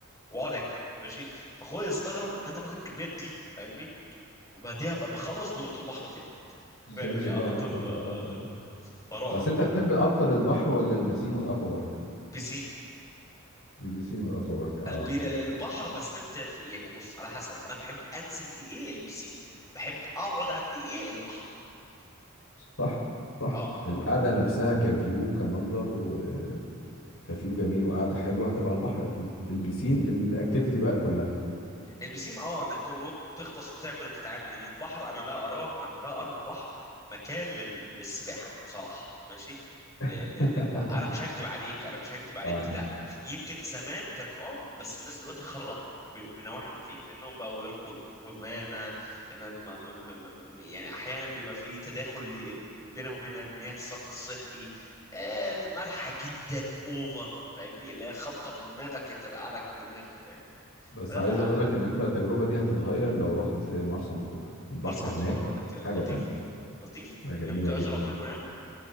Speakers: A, on the left (about 15°); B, on the left (about 80°).
A: واقعد اكل ماشي فاخويا استغرب ان انا باكل الكميات دي فاهمني وبعديها ب- بخلص ونط البحر تاني فاهمني
B: تنزل بقى
A: انط
B: البحر
A: ال-
B: اه آه، آه.
A: فرعب
B: بس انت تحب اكتر البحر ولا البسين والاكوا بارك
A: بيسين
B: البسين والاكوا بارك اه
A: البي... ال- البحر بستمتع في إيه؟ يعني بص على حسب انا بحب انزل في ايه البسين بحب اقعد عندي ايه البحر
B: صح صح
A: اه
B: القعده نفسها كفيو كمنظر وكفيو جميل وقعده حلوه هتبقى على البحر اكيد البسين الاكتيفيتي بقى كلها
A: البسيم اه انك تنط تغطس وتعمل وتتعامل لان البحر انا لا اراه انا لا ارى البحر مكان لل... للسباحه بصراحه ماشي لان
B: <laughs>
A: ال- انا مش هكدب عليك انا مش هكدب عليك
B: اه
A: لا يمكن زمان كان اه بس الناس دلوقتي خربوا ب... بنواحي كتير انهم بقوا يلقوا القمامه ان الم... م... م... م... يعني احيانا بيبقى في تداخل ل... بينه وبين مياه الصرف الصحي آه، المالحه جدا اوفر فاهمني اللي هي خبطه في دماغك ترقع لك دماغك فاهمني
B: بس
A: لا
B: عايز
A: لا
B: اقول لك ان انت التجربة دي هتتغير لو رحت مرسى مطروح البحر
A: مرسى مطروح
B: هناك
A: لطيف
B: حاجة تانية
A: لطيف
B: لا، جميلة
A: يعني ممكن
B: جدا
A: اشرب منه يعني